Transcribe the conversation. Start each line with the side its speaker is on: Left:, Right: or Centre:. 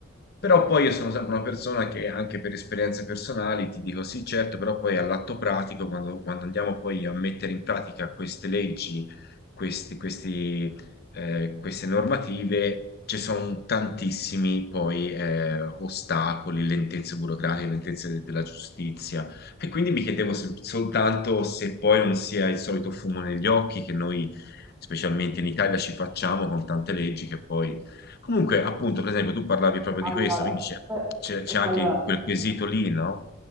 Left: però poi io sono sempre una persona che anche per esperienze personali ti dico sì, certo, però poi all'atto pratico, quando, quando andiamo poi a mettere in pratica queste leggi, questi- questi, eh, queste normative, ci sono tantissimi poi eh, ostacoli, lentezze burocratiche, lentezze della giustizia e quindi mi chiedevo sem- soltanto se poi non sia il solito fumo negli occhi che noi, specialmente in Italia, ci facciamo con tante leggi che poi... Comunque, appunto, per esempio, tu parlavi proprio
Right: Allora,
Left: di questo, quindi c'è
Right: per-
Left: c'è- c'è anche
Right: allora,
Left: quel quesito lì, no?